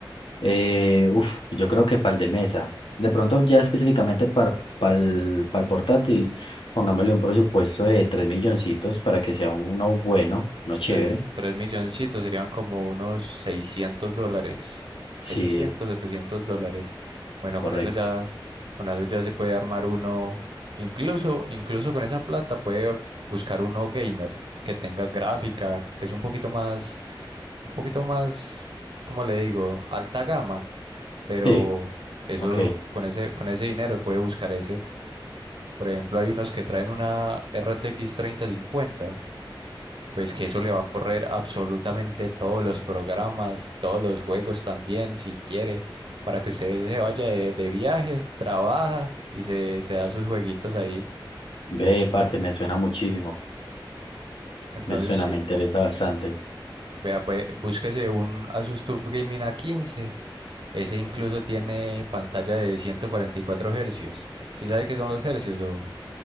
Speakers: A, on the left; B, on the right.
A: Eh, uf, yo creo que para el de mesa. De pronto, ya específicamente para el, portátil, pongámosle un presupuesto de 3 milloncitos para que sea uno bueno, uno chévere.
B: Tres, tres milloncitos serían como unos 600 dólares. seiscientos
A: Sí,
B: 700 dólares. Bueno,
A: correcto.
B: con eso ya, con eso ya se puede armar uno. Incluso, incluso con esa plata puede buscar uno gamer que tenga gráfica, que es un poquito más, un poquito más, ¿cómo le digo? Alta gama. Pero
A: Sí,
B: eso,
A: ok.
B: con ese, con ese dinero puede buscar ese. Por ejemplo, hay unos que traen una RTX 3050 pues que eso le va a correr absolutamente todos los programas, todos los juegos también, si quiere, para que usted se vaya de, de viaje, trabaja y se, se da sus jueguitos ahí.
A: Ve, parce, me suena muchísimo.
B: Entonces,
A: Me suena,
B: sí,
A: me interesa bastante.
B: vea, pues búsquese un Asus TUF Gaming a quince Ese incluso tiene pantalla de 144 hercios. ¿Sí sabe qué son los hercios o